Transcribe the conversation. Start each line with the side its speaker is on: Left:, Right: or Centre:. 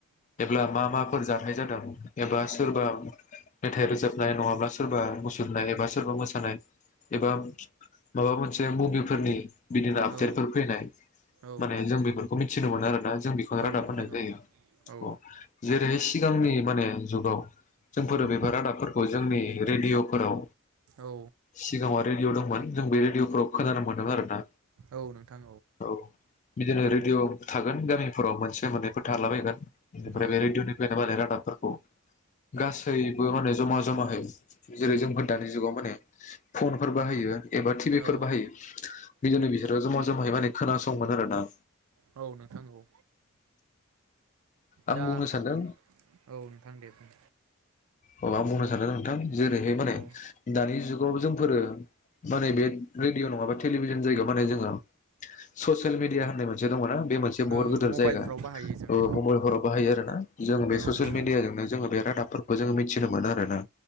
Left: एब्ला मा मा फोर जाथाय जादों एबा सोरबा मेथाय रोजाबनाय नङाब्ला सोरबा मुसुरनाय एबा सोरबा मोसानाय। एबा माबा मोनसे मुभिफोरनि बिदिनो आपदेतफोर
Right: औ
Left: फैनाय।
Right: औ
Left: माने जों बेफोरखौ मिथिनो मोनो आरोना जों बेखौनो
Right: औ
Left: रादाब
Right: नोंथां
Left: होननाय जायो।
Right: औ औ
Left: अ जेरैय सिगांनि माने जुगाव जोंफोर
Right: उम
Left: अबेबाफोर रादाबफोरखौ जोंनि रेडिअ'फोराव
Right: औ
Left: सिगाङाव रेदिअ' दंमोन जों बे रेदि'अफोराव खोनानो मोनोमोन आरोना
Right: औ नोंथां
Left: औ। बिदिनो रेदिअ' थागोन गामिफोराव मोनसे मोननै फोर थालाबायगोन बेनिफ्राय
Right: औ
Left: बे रेडिअनिफ्रायनो माने रादाबफोर खौ गासैबो माने जमा जमा हाय जेरै जोंफोर दानि जुगाव माने फुनफोर बाहायो एबा टिभिफोर
Right: औ
Left: बाहायो बिदिनो बिसोरो जमा जमाहाय माने खोनासङोमोन आरोना।
Right: औ नोंथां नंगौ।
Left: आं
Right: दा
Left: बुंनो
Right: औ
Left: सानदों
Right: नोंथां दे बुं।
Left: औ आं बुंनो सानदोंमोन नोंथां जेरैहाय माने
Right: औ
Left: दानि जुग जोंफोरो माने बे रेदिअ' नङाबा टेलिभिजन जायगायाव माने जोङो ससियेल मेदिया होननाय मोनसे दङ' ना बे मोनसे बहुत
Right: ओ
Left: गिदिर
Right: मबाइलफ्राव
Left: जायगा
Right: बाहायो जोङो
Left: ओ मबायलफोराव बाहायो आरो ना। जों बे
Right: औ
Left: ससियेल
Right: नोंथां
Left: मेदियाजोंनो
Right: औ
Left: जोङो बे रादाबफोर मिथिनो मोनो आरोना